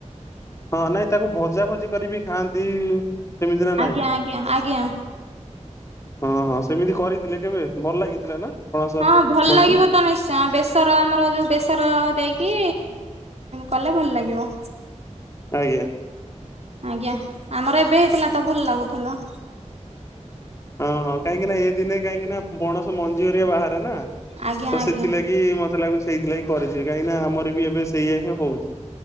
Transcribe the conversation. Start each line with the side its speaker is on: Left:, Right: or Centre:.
Left: ହଁ ନାଇଁ ତାକୁ ଭଜା ଭଜି କରିକି ଖାଆନ୍ତି। ସେମିତି ନା
Right: ଆଜ୍ଞା
Left: ନାଇଁ?
Right: ଆଜ୍ଞା ଆଜ୍ଞା।
Left: ହଁ ହଁ ସେମିତି କରିଥିଲେ କେବେ ଭଲ ଲାଗିଥିଲା ନା? ପଣସ
Right: ହଁ ହଁ ଭଲ
Left: ମଞ୍ଜି
Right: ଲାଗିବ ତ ନିଶ୍ଚି ତ ବେସର ଆମର ଯଉ ବେସର ଦେଇକି କଲେ ଭଲ ଲାଗିବ।
Left: ଆଜ୍ଞା।
Right: ଆଜ୍ଞା ଆମର ଏବେ ହେଇଥିଲା ତ ଭଲ ଲାଗୁଥିଲା।
Left: ହଁ ହଁ କାହିଁକି ନା ଏ ଦିନେ କାହିଁକି ନା ପଣସ ମଞ୍ଜି ହରିକା ବାହାରେ ନା ତ
Right: ଆଜ୍ଞା ଆଜ୍ଞା
Left: ସେଥିଲାଗି। ଗି ମତେ ଲାଗୁଚି ସେଇଥିଲାଗି କରିଥିବେ କାହିଁକି ନା ଆମର ବି ଏବେ ସେଇୟା ହିଁ ହଉଚି।